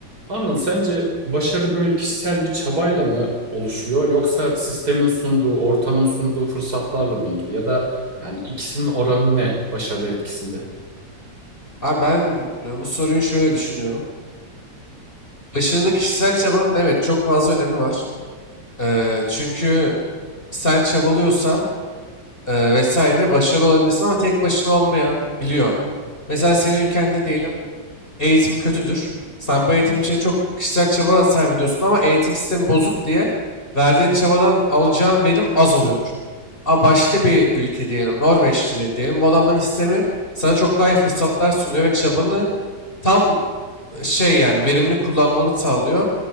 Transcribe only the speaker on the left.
Abi ben e, bu soruyu şöyle düşünüyorum. Başarılı kişisel çabanın evet çok fazla önemi var. Ee, çünkü sen çabalıyorsan e, vesaire başarılı olabilirsin ama tek başına olmayabiliyor. Mesela senin ülkende diyelim eğitim kötüdür. Sen bu eğitim
için çok kişisel çaba sarf ediyorsun ama eğitim sistemi bozuk diye verdiğin çabadan alacağın verim az oluyordur. Ama başka bir ülke diyelim Norveç'tir diyelim bu adamların sistemi sana çok daha iyi fırsatlar sunuyor ve çabanı tam şey yani verimli kullanmanı sağlıyor.